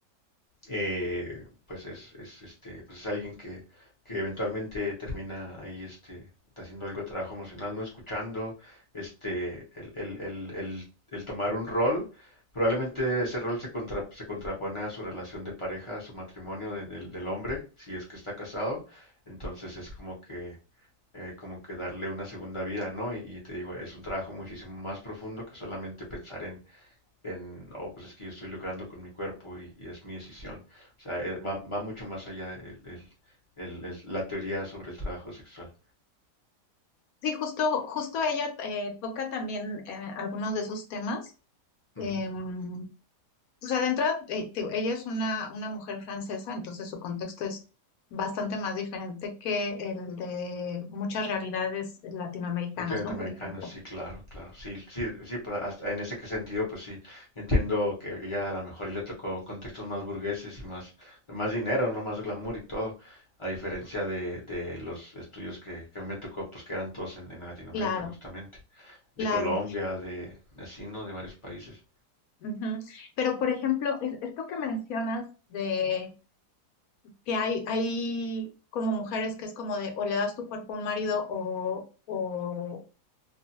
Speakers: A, on the left (about 30°); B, on the left (about 65°).
A: eh, pues es, es, este, pues es alguien que, que eventualmente termina ahí este, haciendo algo de trabajo emocional, no escuchando, este, el, el, el, el, el tomar un rol. Probablemente ese rol se, contra, se contrapone a su relación de pareja, a su matrimonio de- del del hombre, si es que está casado. Entonces es como que, eh, como que darle una segunda vida, ¿no? Y, y te digo, es un trabajo muchísimo más profundo que solamente pensar en, en, oh, pues es que yo estoy lucrando con mi cuerpo y, y es mi decisión. O sea, eh, va, va mucho más allá el- el- el- el- la teoría sobre el trabajo sexual.
B: Sí, justo, justo ella eh, toca también eh, algunos de esos temas.
A: Ujú.
B: Em, o sea, de entrada, eh, te digo, ella es una, una mujer francesa, entonces su contexto es bastante más diferente que el de muchas realidades latinoamericanas,
A: Netamente
B: ¿no?
A: americana,
B: Por ejemplo.
A: sí, claro, claro. Sí, sí, sí, pero hasta en ese que sentido, pues sí, entiendo que ella a lo mejor y le tocó contextos más burgueses y más, más dinero, no más glamour y todo, a diferencia de, de los estudios que, que a mí me tocó, pues que eran todos en, en Latinoamérica,
B: Claro.
A: justamente, de
B: Claro.
A: Colombia, de, de así, ¿no? De varios países,
B: Ujú. Pero, por ejemplo, es- esto que mencionas de que hay, hay como mujeres que es como de o le das tu cuerpo a un marido o, o,